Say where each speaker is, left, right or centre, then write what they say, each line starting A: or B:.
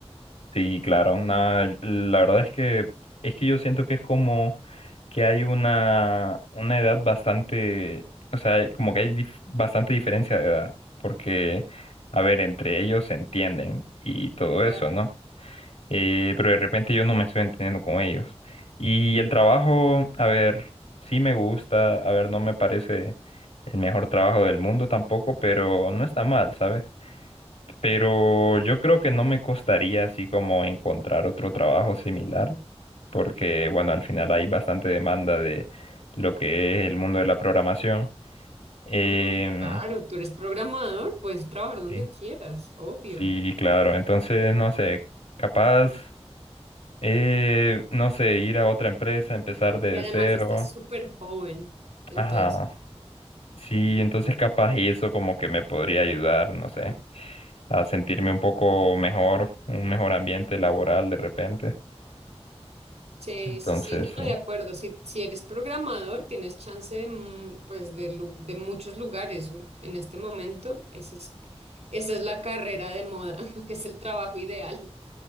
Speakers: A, on the left; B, on the right.
A: Sí, claro, nada, la verdad es que es que yo siento que es como que hay una, una edad bastante, o sea, como que hay dif- bastante diferencia de edad, porque, a ver, entre ellos se entienden y todo eso,
B: Claro.
A: ¿no? Eh, pero de repente yo no me estoy entendiendo con ellos. Y el trabajo, a ver, sí me gusta, a ver, no me parece el mejor trabajo del mundo tampoco, pero no está mal, ¿sabes? Pero yo creo que no me costaría así como encontrar otro trabajo similar, porque bueno, al final hay bastante demanda de lo que es el mundo de la programación. Em,
B: Ah, claro, tú eres programador, puedes trabajar donde
A: sí,
B: quieras, obvio.
A: sí, claro, entonces no sé, capaz, eh, no sé, ir a otra empresa, empezar de
B: Y además
A: cero.
B: estás súper joven, entonces.
A: Ajá, sí, entonces capaz eso como que me podría ayudar, no sé, a sentirme un poco mejor, un mejor ambiente laboral de repente.
B: Sí,
A: Entonces,
B: sí, sí,
A: sí.
B: no, de acuerdo. Si, si eres programador, tienes chance de, mu- pues de, lu- de muchos lugares. En este momento, esa es, esa es la carrera de moda, <laughs> es el trabajo ideal.